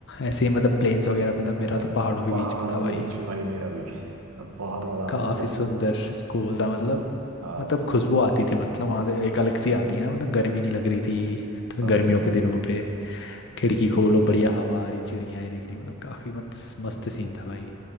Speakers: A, on the left (about 55°); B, on the right (about 85°).
A: ऐसे ही मतलब प्लेन्स वगैरह पे था मेरा
B: भाई
A: तो पहाड़ों के
B: पहाड़ों
A: बीच पे था भाई
B: के बीच में भाई मेरा भी अब बहुत मजा आता
A: काफ़ी
B: मतलब
A: सुंदर स्कूल था मतलब
B: हाँ
A: मतलब खुशबू आती थी मतलब वहाँ से एक अलग सी आती है ना मतलब गर्मी नहीं लग रही थी तो
B: समझ
A: गर्मियों के दिनों पे खिड़की खोलो बढ़िया हवा आ रही चिड़ियाँ दिख रही मतलब काफ़ी मस्त मस्त सीन था भाई